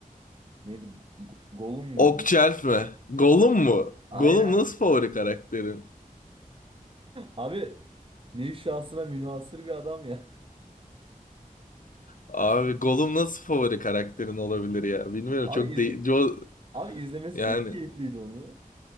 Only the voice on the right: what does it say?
neydi? Go- Gollum muydu?
Aynen.
Abi ne şahsına münhasır bir adam ya.
<laughs> Abi
izle,
abi izlemesi
çok keyifliydi onu.